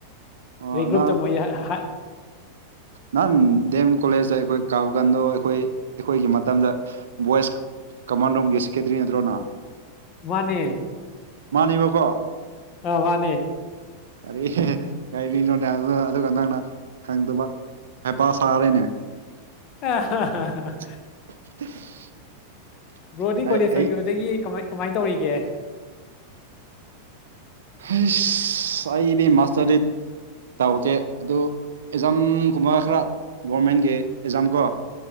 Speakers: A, on the right (about 65°); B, on the left (about 35°).
A: ꯑꯣ
B: ꯑꯗꯩ ꯒ꯭ꯔꯨꯞꯇ
A: ꯅ
B: ꯃꯣꯏ ꯍꯥꯏ
A: ꯅꯍꯥꯟ ꯗꯦꯝ ꯀꯣꯂꯦꯖꯇ ꯑꯩꯈꯣꯏ ꯀꯕꯀꯥꯟꯗꯣ ꯑꯩꯈꯣꯏ ꯑꯩꯈꯣꯏꯒꯤ ꯃꯇꯝꯗ ꯚꯣꯏꯁ ꯀꯃꯥꯟ ꯔꯨꯝꯒꯤ ꯁꯦꯀꯦꯇꯔꯤ ꯅꯠꯇ꯭ꯔꯣꯅ
B: ꯃꯥꯅꯦ
A: ꯃꯥꯅꯦꯕꯀꯣ
B: ꯑ ꯃꯥꯅꯦ
A: ꯀꯔꯤ ꯀꯔꯤꯔꯤꯅꯣꯅꯦ ꯑꯗꯨꯒ ꯅꯪꯅ ꯈꯪꯗꯕ ꯍꯥꯏꯄꯥ ꯁꯥꯔꯅꯦ
B: ꯑ
A: <inaudible>
B: ꯕ꯭ꯔꯣꯗꯤ
A: ꯑꯩ
B: ꯀꯣꯂꯦꯖ ꯁꯣꯏꯈꯤꯕꯗꯒꯤ
A: ꯑꯩ
B: ꯀꯃꯥꯏ ꯀꯃꯥꯏꯅ ꯇꯧꯔꯤꯒꯦ
A: ꯑꯁ ꯑꯩꯗꯤ ꯃꯥꯁꯇꯔꯗꯤꯠ ꯇꯧꯒꯦ ꯑꯗꯨ ꯑꯦꯛꯖꯥꯝꯒꯨꯝꯕ ꯈꯔ ꯒꯚꯃꯦꯟꯒꯤ ꯑꯦꯛꯖꯥꯝ ꯀꯣ